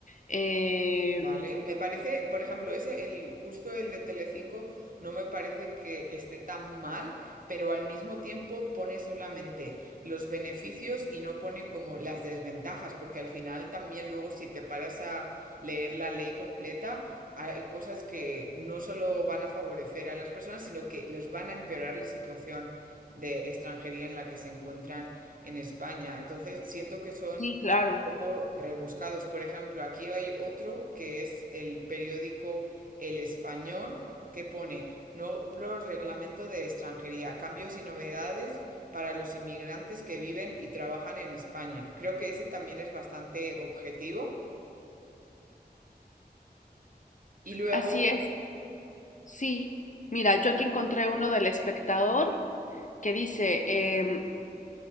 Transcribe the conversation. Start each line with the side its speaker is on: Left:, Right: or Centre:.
Left: Eh,
Right: Vale, me parece, por ejemplo, ese, el, justo el de Telecinco, no me parece que esté tan mal, pero al mismo tiempo pone solamente los beneficios y no pone como las desventajas, porque al final también luego si te paras a leer la ley completa, hay cosas que no solo van a favorecer a las personas, sino que les van a empeorar la situación de extranjería en la que se encuentran en España. Entonces, siento que son
Left: sí, claro.
Right: poco rebuscados. Por ejemplo, aquí hay otro que es el periódico El Español, que pone nuevo reglamento de extranjería, cambios y novedades para los inmigrantes que viven y trabajan en España. Creo que ese también es bastante objetivo. Y luego
Left: Así es. Sí, mira, yo aquí encontré uno del espectador que dice, em,